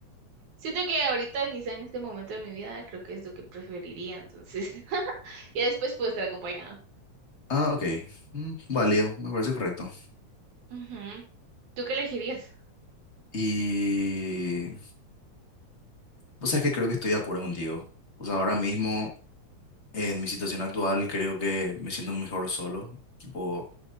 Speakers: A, on the right; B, on the left.
A: Siento que ahorita, quizá en este momento de mi vida, creo que es lo que preferiría, entonces <laughs> ya después puedo estar acompañada.
B: Ah, ok. Mm, válido, me parece correcto.
A: Ujú. ¿Tú qué elegirías?
B: Y... O sea, que creo que estoy de acuerdo contigo. O sea, ahora mismo, en mi situación actual, creo que me siento mejor solo. Tipo,